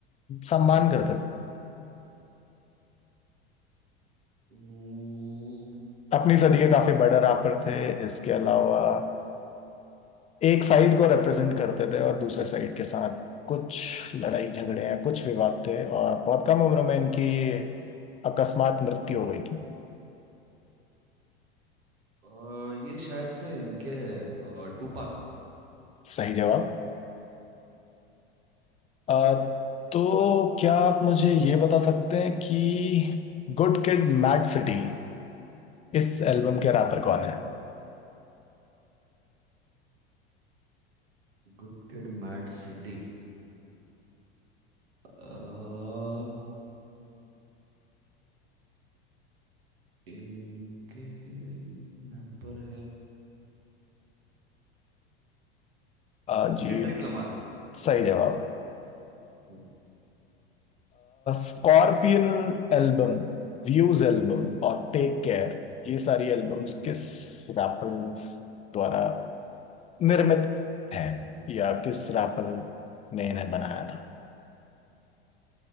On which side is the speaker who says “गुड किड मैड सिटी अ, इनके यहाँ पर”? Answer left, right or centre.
Right